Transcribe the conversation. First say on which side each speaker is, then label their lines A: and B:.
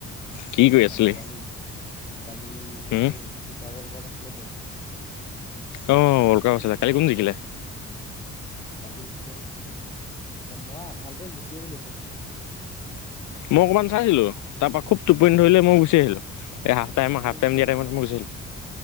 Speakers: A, on the left; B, on the left.
A: কি কৰি
B: মানে
A: আছিলি
B: কালি কালি সেইটো
A: হুম
B: ফিফা বৰ্ল কাপ আছিলেতো।
A: অ ৱলকাপ আছিলে,
B: তাৰপিছত
A: কালি কোন জিকিলে?
B: অ', কালি স্পেইন জিকিলে, ত মই আধাতে গুচি আহিলো বাও।
A: মই অকমান চাইছিলো, তাৰপৰা খুব টোপনি ধৰিলে মই গুচি আহিলো, এই হাফটাইম
B: ময়ো
A: হাফটাইম
B: গুচি
A: দিয়া
B: আহিলো
A: টাইমত
B: তাৰ
A: মই গুচি আহিলো।